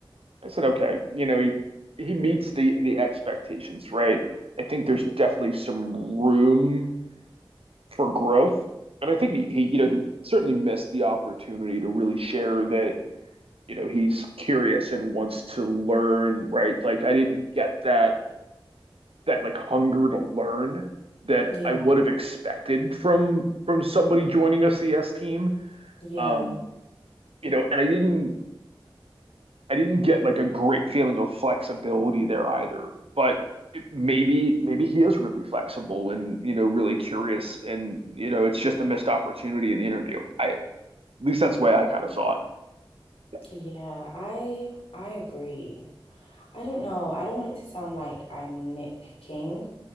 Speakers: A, on the right; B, on the left.
A: I said, okay, you know, he he meets the the expectations, right? I think there's definitely some room for growth. And I think he, he, you know, he certainly missed the opportunity to really share that, you know, he's curious and wants to learn, right? Like I didn't get that that like hunger to learn that
B: yeah,
A: I would have expected from from somebody joining a CS team.
B: yeah,
A: Um, you know, and I didn't I didn't get like a great feeling of flexibility there either. But maybe maybe he is really flexible and you know really curious and you know it's just a missed opportunity in the interview. I at least that's the way I kind of saw it. Yeah.
B: yeah. I I agree. I don't know. I don't want it to sound like I'm nitpicking,